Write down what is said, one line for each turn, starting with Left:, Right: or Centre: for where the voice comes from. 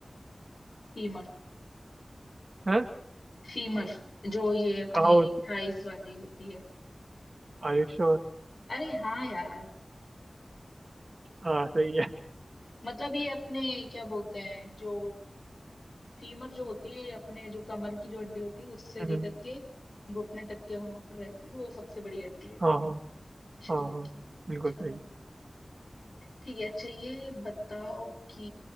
Left: फीमर
Right: हाँ
Left: फीमर जो ये अपनी
Right: कहा होती
Left: थाइस वाली होती है
Right: Are you sure
Left: अरे हाँ यार
Right: हाँ सही है
Left: मतलब ये अपने क्या बोलते हैं जो फीमर जो होती है अपने जो कमर की जो हड्डी होती है उससे
Right: हम्म,
Left: लेकर के घुटने तक के वहां पर रहती है तो वो सबसे बड़ी हड्डी है अपने
Right: हाँ हाँ
Left: शरीर
Right: हाँ हाँ
Left: की
Right: बिल्कुल
Left: चलो
Right: सही
Left: ठीक है अच्छा ये बताओ कि